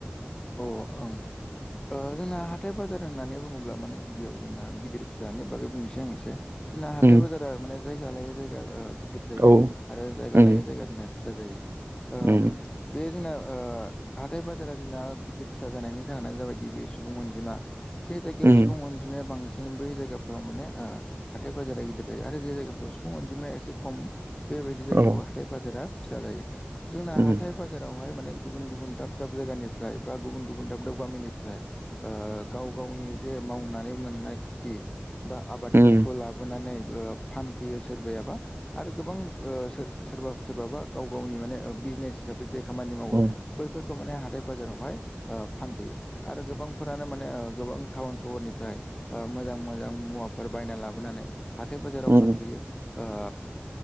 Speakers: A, on the left; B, on the right.
A: औ ओं जोंना हाथाय बाजार होननानै बुङोब्ला माने गिबियाव जोंना गिदिर फिसानि बागै बुंनोसै आं एसे जोंना हाथाय
B: उम
A: बाजारा माने जायगा लायै जायगा गिदिर जायो
B: औ
A: आरो जायगा
B: उम
A: लायै जायगा जोंना फिसा जायो
B: उम
A: बे जोंना हाथाय बाजारा जोंना गिदिर फिसा जानायनि जाहोनानो जाबाय गिबि सुबुं अनजिमा बेबायदियाव
B: उम
A: सुबुं अनजिमाया बाङो सि बै जायगाफ्राव माने हाथाय बाजारा गिदिर जायो आरो जे जायगाफ्राव सुबुं अनजिमाया एसे खम बेबायदि जायगायावबो
B: औ
A: हाथाय बाजारा फिसा जायो जोंना
B: उम
A: हाथाय बाजारावहाय माने गुबुन गुबुन दाब दाब जायगानिफ्राय बा गुबुन गुबुन दाब दाब गामिनिफ्राय ओ गाव गावनि जे मावनानै मोननाय खेथि बा आबादफोरखौ
B: उम
A: लाबोनानै फानफैयो सोरबायाबा आरो गोबां सोरबा सोरबाबा गाव गावनि माने बिजनेस हिसाबै जे खामानि मावो
B: उम
A: बैफोरखौ माने हाथाय बाजारावहाय फानबोयो आरो गोबांफोरानो माने गोबां टाउन सहरनिफ्राय मोजां मोजां मुवाफोर बायना लाबोनानै हाथाय बाजाराव
B: उम उम
A: फानफैयो